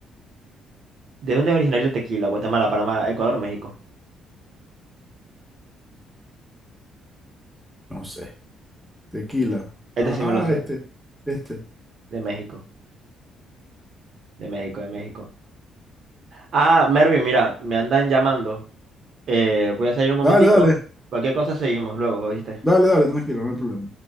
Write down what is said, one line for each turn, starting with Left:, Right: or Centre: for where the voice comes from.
Right: ¿De dónde es originario el tequila? Guatemala, Panamá, Ecuador, México.
Centre: No sé. Tequila.
Right: Este
Centre: Ah,
Right: sí me lo sé.
Centre: este, este.
Right: De México, de México, de México. Ah, Mervin, mira, me andan llamando. Eh, voy a salir un momentico.
Centre: Dale, dale,
Right: Cualquier cosa seguimos luego, ¿oíste?
Centre: dale, dale, tranquilo, no hay problema.